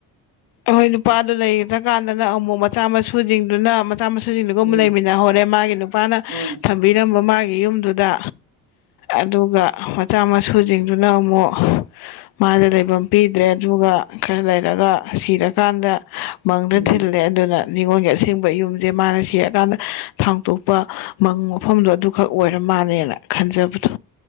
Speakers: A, on the left; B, on the right.
A: ꯑꯩꯈꯣꯏ ꯅꯨꯄꯥꯗꯨ ꯂꯩꯈꯤꯗ꯭ꯔ ꯀꯥꯟꯗꯅ ꯑꯃꯨꯛ ꯃꯆꯥ ꯃꯁꯨꯁꯤꯡꯗꯨꯅ ꯃꯆꯥ ꯃꯁꯨ ꯁꯖꯤꯒꯨꯝ
B: ꯎꯝ
A: ꯂꯩꯃꯤꯟꯅꯍꯧꯔꯦ ꯃꯥꯒꯤ ꯅꯨꯄꯥꯅ
B: ꯎꯝ
A: ꯊꯝꯕꯤꯔꯝꯕ ꯃꯥꯒꯤ ꯌꯨꯝꯗꯨꯗ ꯑꯗꯨꯒ ꯃꯆꯥ ꯃꯁꯨꯁꯤꯡꯗꯨꯅ ꯑꯃꯨꯛ ꯃꯥꯗ ꯂꯩꯐꯝ ꯄꯤꯗ꯭ꯔꯦ ꯑꯗꯨꯒ ꯈꯔ ꯂꯩꯔꯒ ꯁꯤꯔꯀꯥꯟꯗ ꯃꯪꯗ
B: ꯎꯝ
A: ꯊꯤꯜꯂꯦ ꯑꯗꯨꯅ ꯅꯤꯉꯣꯟꯜꯒꯤ ꯑꯁꯦꯡꯕ ꯌꯨꯝꯁꯦ ꯃꯥꯅ ꯁꯤꯔꯀꯥꯟꯗ ꯊꯥꯡꯇꯣꯛꯄ ꯃꯪ ꯃꯐꯝꯗꯣ ꯑꯗꯨꯈꯛ ꯑꯣꯏꯔꯝ ꯃꯥꯅꯦꯅ ꯈꯟꯖꯕꯗꯣ